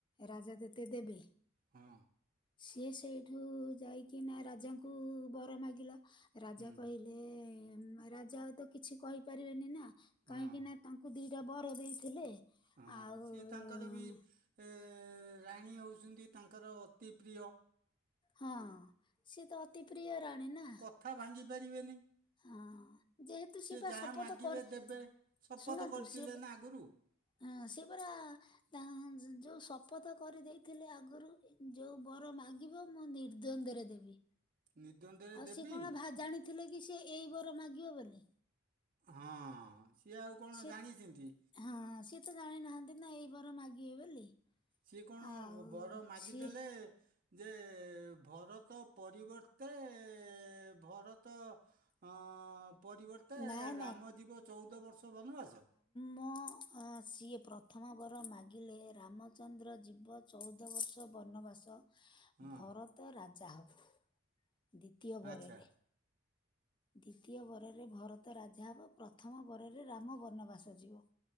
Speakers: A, on the left; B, on the right.
A: ରାଜା ତତେ ଦେବେ।
B: ହଁ।
A: ସିଏ ସେଇଠୁ ଯାଇକି ନା ରାଜାଙ୍କୁ ବର ମାଗିଲା ରାଜା
B: ହୁଁ
A: କହିଲେ ସେ ରାଜା ତ ଆଉ କିଛି କହିପାରିବେନି ନା
B: ହଁ
A: କାହିଁକି ନା ତାଙ୍କ କୁ ଦିଟା ବର ଦେଇଥିଲେ
B: ହଁ
A: ଆଉ
B: ସିଏ ତାଙ୍କର ବି ଏ ରାଣୀ ହେଉଛନ୍ତି ତାଙ୍କର ଅତି ପ୍ରିୟ।
A: ହଁ ସିଏ ତ ଅତି ପ୍ରିୟ ରାଣୀ ନା।
B: କଥା ଭାଙ୍ଗିପାରିବେନି।
A: ହଁ ଯେହେତୁ
B: ସିଏ
A: ବା
B: ଯାହା
A: ଶପଥ
B: ମାଗିବେ
A: କରି
B: ଦେବେ ଶପଥ
A: ଶୁଣନ୍ତୁ
B: କରିଥିଲେ
A: ସିଏ ବା-
B: ନା ଆଗରୁ।
A: ହଁ ସେ ପୁରା ତା ଯୋଉ ଶପଥ କରିଦେଇଥିଲେ ଆଗରୁ ଯୋଉ ବର ମାଗିବ ମୁଁ ନିର୍ଦ୍ଵନ୍ଦରେ ଦେବି
B: ନିଦ୍ୱନ୍ଦରେ
A: ଆଉ
B: ଦେବି
A: ସେ କଣ ଭା ଜାଣି ଥିଲେ କି ସେ ଏଇ ବର ମାଗିବ ବୋଲି।
B: ହଁ ସିଏ ଆଉ କଣ
A: ସିଏ
B: ଜାଣିଛନ୍ତି।
A: ହଁ ସିଏ ତ ଜାଣିନାହାନ୍ତି ନା ଏଇ ବାର ମାଗିବେ ବୋଲି।
B: ସିଏ କଣ
A: ଆଉ
B: ବର ମାଗିଦେଲେ
A: ସିଏ
B: ଯେ ଭରତ ପରିବର୍ତ୍ତେ ଏ ଭରତ ହଁ ପରିବର୍ତ୍ତେ
A: ନାଇଁ
B: ରାମଜୀବ ଚଉଦ ବର୍ଷ ବନବାସ।
A: ମୋ ହ ସିଏ ପ୍ରଥମ ବର ମାଗିଲେ ରାମଚନ୍ଦ୍ର ଜୀବ ଚଉଦ ବର୍ଷ ବନବାସ।
B: ହଁ
A: ଭରତ ରାଜା ହବ ଦ୍ଵିତୀୟ ବର
B: ଆଚ୍ଛା
A: ରେ। ଦ୍ଵିତୀୟ ବରରେ ଭରତ ରାଜା ହେବ ପ୍ରଥମ ବରରେ ରାମ ବନବାସ ଯିବ।